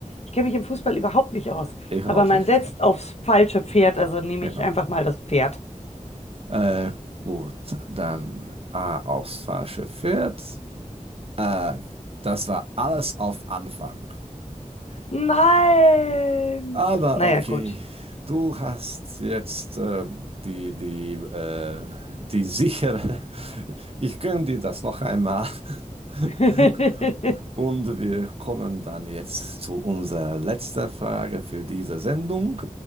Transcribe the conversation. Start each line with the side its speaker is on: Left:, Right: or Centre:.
Left: ich kenne mich im Fußball überhaupt nicht aus.
Right: Ich
Left: Aber
Right: auch
Left: man
Right: nicht.
Left: setzt aufs falsche Pferd, also nehme
Right: Genau.
Left: ich einfach mal das Pferd.
Right: Äh, gut, dann A. Aufs falsche Pferd. Äh, das war alles auf Anfang.
Left: Nein!
Right: Aber
Left: Naja,
Right: okay,
Left: gut.
Right: du hast jetzt äh, die, die, äh, die sichere. <laughs> Ich gönne dir das noch einmal.
Left: <laughs>
Right: <laughs> Und wir kommen dann jetzt zu unserer letzten Frage für diese Sendung.